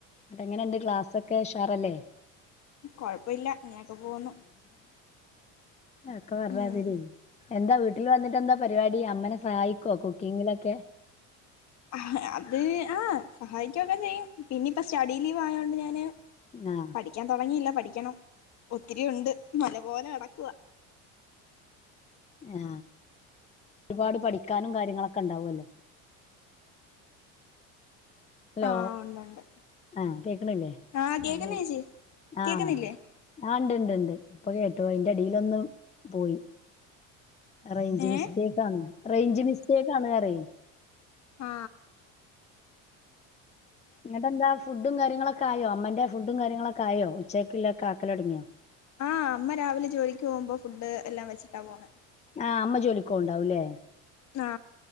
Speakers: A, on the left (about 20°); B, on the left (about 50°).
A: അ് എങ്ങന ഉണ്ട് ക്ലാസ്ഒക്കെ ഉഷാറല്ലേ
B: കൊഴപ്പില്ല ഇങ്ങനൊക്കെ പോകുന്നു
A: ഒക്കെ വരാതിരി
B: ഉം
A: എന്താ വീട്ടിൽ വന്നിട്ട് എന്താ പരിപാടി അമ്മനെ സ സഹായിക്കുവോ കുക്കിങ്ങിലൊക്കെ
B: ആ അത് ആ സഹായിക്കൊക്കെ ചെയ്യും പിന്നെ ഇപ്പ സ്റ്റഡീ ലീവ് ആയൊണ്ട് ഞൻ പി <inaudible>
A: ആ
B: പഠിക്കാൻ തുടങ്ങിയില്ല പഠി ക്കണം ഒത്തിരി ഉണ്ട് മല പോലെ കിടക്കുവാ
A: ആ ഒരുപാട് പഠിക്കാനും കാര്യങ്ങളൊക്കെ ഉണ്ടാവുമല്ലോ ഹലോ
B: ആഹ് ഉണ്ടുണ്ട്
A: ആഹ കേക്കണില്ലേ
B: ആഹ് കേക്കുന്ന്
A: ഞന്
B: ചേച്ചി
A: ആഹ
B: കേക്കുന്നില്ലേ
A: ആ ഉണ്ട്ണ്ട് ണ്ട് ഇപ്പൊ കേട്ടു അയിന്റെ അടിലൊന്നും പോയി റേഞ്ച്
B: ഏഹ്
A: മിസ്റ്റേക്ക് ആണ് റേഞ്ച് മിസ്റ്റേക്ക് ആണ് കറ
B: ആ
A: ഇങ്ങട്ട് എന്താ ഫുഡും കാര്യങ്ങളൊക്കെ ആയോ അമ്മന്റെ ഫുഡും കാര്യങ്ങളൊക്കെ ആയോ ഉച്ചക്കുള്ളൊ ഒക്കെ ആക്കല് തുടങ്ങിയോ
B: ആഹ് അമ്മ രാവിലെ ജോലിക്ക് പോകുമ്പോൾ ഫുഡ് എല്ലാം വെച്ചിട്ടാ പോണ
A: ആഹ് അമ്മ ജോലിക്കൊ ഉവുണ്ടാവൂല്ലേ
B: ന്നാ